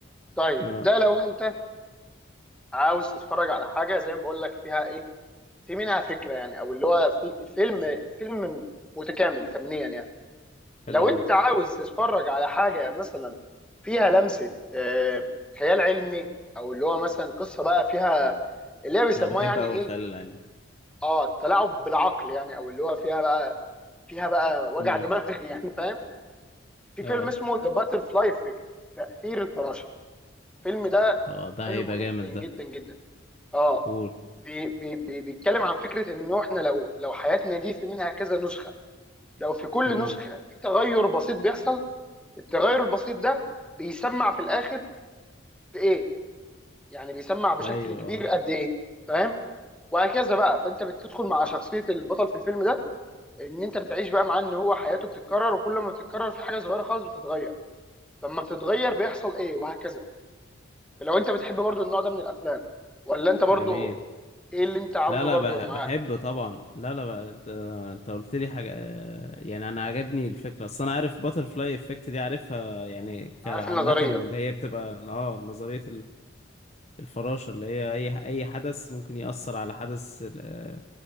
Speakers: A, in the centre; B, on the left.
A: طيب
B: اه
A: ده لو انت عاوز تتفرج على حاجه زي ما بقول لك فيها ايه في منها فكره يعني او اللي هو في الفيلم فيلم متكامل فنيا يعني لو
B: حلو
A: انت
B: قوي
A: عاوز تتفرج على حاجه مثلا فيها لمسه آه خيال علمي او اللي هو مثلا قصه بقى فيها اللي هي بيسموها
B: انا بحب
A: يعني
B: قوي
A: ايه
B: الخيال العلمي
A: اه التلاعب بالعقل يعني او اللي هو فيها بقى فيها بقى وجع
B: امم
A: دماغ <laughs> يعني فاهم في
B: اه
A: فيلم اسمه ذا باتر فلاي افكت تأثير الفراشة الفيلم ده
B: اه ده
A: حلو
B: هيبقى
A: جدا
B: جامد
A: جدا
B: ده
A: جدا اه
B: قول
A: بي بي بي بيتكلم عن فكرة انه احنا لو لو حياتنا دي في منها كذا نسخة لو في كل
B: امم
A: نسخة في تغير بسيط بيحصل التغير البسيط ده بيسمع في الاخر في ايه يعني بيسمع بشكل
B: ايوه
A: كبير
B: اه
A: قد ايه فاهم وهكذا بقى فانت بتدخل مع شخصية البطل في الفيلم ده ان انت بتعيش بقى معاه ان هو حياته بتتكرر وكل ما بتتكرر في حاجة صغيرة خالص بتتغير لما بتتغير بيحصل ايه وهكذا لو انت بتحب برضو النوع ده من الافلام ولا انت برضو
B: جميل
A: ايه اللي انت عاوزه
B: لا لا
A: برضو
B: بح-
A: انا
B: بحب
A: معاك
B: طبعا لا لا بقى انت انت قلت لي حاجه آه، يعني انا عجبني الفكره اصل انا عارف باترفلاي افكت دي عارفها يعني كعامه
A: عارف النظريه
B: اللي هي بتبقى اه نظريه الفراشة اللي هي أي أي حدث ممكن يأثر على حدث ال- آه،